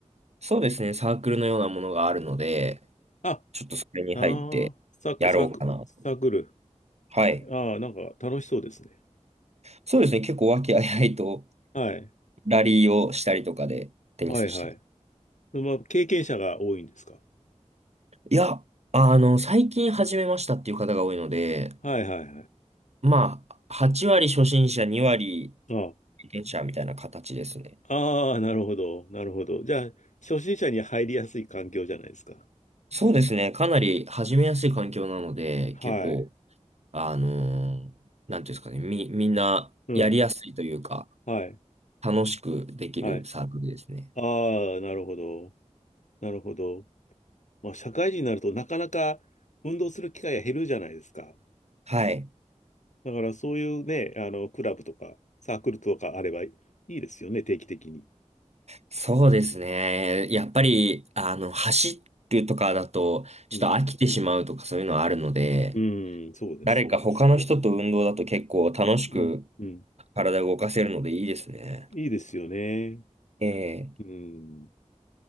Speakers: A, on the right; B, on the left.
A: そうですね、サークルのようなものがあるので、
B: あ、あ
A: ちょっとそれに入ってやろうかな。
B: あ、サーク、サク、サークル。
A: はい。
B: ああ、なんか楽しそうですね。
A: そうですね、結構和気あいあいと
B: はい。
A: ラリーをしたりとかでテニスしてます。
B: はいはい。まあ、経験者が多いんですか
A: いや、あの、最近始めましたっていう方が多いので、
B: はいはいはい。
A: まあ、8割初心者、2
B: あ
A: 割経験者みたいな形ですね。
B: あ、ああ、なるほど。なるほど。じゃあ、初心者に入りやすい環境じゃないですか。
A: そうですね、かなり始めやすい環境なので、
B: はい。
A: 結構、あのーなんていうんですかね、み、みんなやりやすいというか、
B: うん。はい。
A: 楽しくできるサークルですね。
B: はい。ああ、なるほど。なるほど。まあ、社会人になるとなかなか運動する機会が減るじゃないですか。
A: はい。
B: だからそういうね、あの、クラブとかサークルとかあればいいですよね、定期的に。
A: そうですね。やっぱり、あの、走るとかだと、ちょっと飽きてしまうとかそういうのはあるので、
B: うん。うん、そうですね。
A: 誰か他の人と運動だと結構楽しく
B: うん、うん。
A: 体を動かせるのでいいですね。
B: いいですよね。
A: ええ。
B: うん。